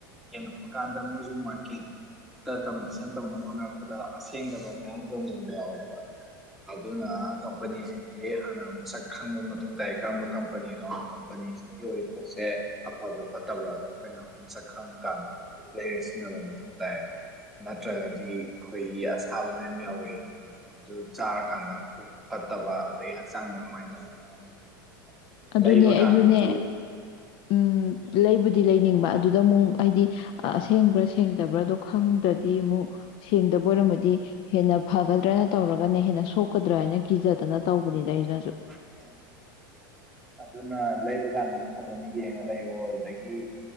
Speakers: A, in the centre; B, on the left.
A: ꯌꯦꯡꯉꯛꯄ ꯀꯥꯟꯗ ꯃꯣꯏꯁꯨ ꯃꯥꯔꯀꯦꯠꯇ ꯀꯝꯄꯤꯇꯤꯁꯟ ꯇꯧꯅꯕ ꯍꯣꯠꯅꯔꯛꯄꯗ ꯑꯁꯦꯡꯗꯕ ꯃꯌꯥꯝ ꯌꯣꯟꯁꯤꯟꯕ ꯌꯥꯎꯋꯦꯕ ꯑꯗꯨꯅ ꯀꯝꯄꯅꯤꯁꯤꯡꯁꯦ ꯍꯥꯟꯅ ꯃꯁꯛ ꯈꯪꯕ ꯃꯊꯧ ꯇꯥꯏ ꯀꯔꯝꯕ ꯀꯝꯄꯅꯤꯅꯣ ꯀꯝꯄꯅꯤꯁꯤꯅ ꯌꯣꯂꯤ ꯄꯣꯠꯁꯦ ꯑꯐꯕ꯭ꯔꯥ ꯐꯠꯇꯕ꯭ꯔꯥꯗꯣ ꯑꯩꯈꯣꯏꯅ ꯃꯁꯛ ꯈꯪꯉꯀꯥꯟꯗ ꯂꯩꯔ ꯁꯤꯖꯤꯟꯅꯕ ꯃꯊꯧ ꯇꯥꯏꯌꯦꯕ ꯅꯠꯇ꯭ꯔꯒꯗꯤ ꯑꯩꯈꯣꯏꯒꯤ ꯑꯁꯥꯕ ꯃꯌꯥꯝ ꯌꯥꯎꯋꯦ ꯑꯗꯨ ꯆꯥꯔꯀꯥꯟꯗ ꯄꯨꯛ ꯐꯠꯇꯕ ꯑꯗꯒꯤ ꯍꯛꯆꯥꯡꯗ ꯅꯨꯡꯉꯥꯏꯇꯕ ꯃꯌꯥꯝ ꯊꯦꯡꯅꯩ <unintelligible>
B: ꯑꯗꯨꯅꯦ
A: ꯂꯩꯕ ꯀꯥꯟꯗꯁꯨ
B: ꯑꯩꯁꯨꯅꯦ ꯎꯝ ꯂꯩ ꯑꯗꯨꯗꯤ ꯂꯩꯅꯤꯡꯕ ꯑꯗꯨꯗ ꯑꯃꯨꯛ ꯍꯥꯏꯗꯤ ꯑꯁꯦꯡꯕ꯭ꯔꯥ ꯁꯦꯡꯗꯕ꯭ꯔꯥꯗꯣ ꯈꯪꯗ꯭ꯔꯗꯤ ꯑꯃꯨꯛ ꯁꯦꯡꯗꯕ ꯑꯣꯏꯔꯝꯃꯗꯤ ꯍꯦꯟꯅ ꯐꯒꯗ꯭ꯔꯅ ꯇꯧꯔꯒꯅ ꯍꯦꯟꯅ ꯁꯣꯛꯀꯗ꯭ꯔꯥ ꯍꯥꯏꯅ ꯀꯤꯖꯗꯅ ꯇꯧꯕꯅꯤꯗ ꯑꯩꯅꯁꯨ
A: ꯎꯝ ꯑꯗꯨꯅ ꯂꯩꯕ ꯀꯥꯟꯗꯁꯨ ꯐꯖꯅ ꯌꯦꯡꯉ ꯂꯩꯌꯣ ꯑꯗꯨꯗꯒꯤ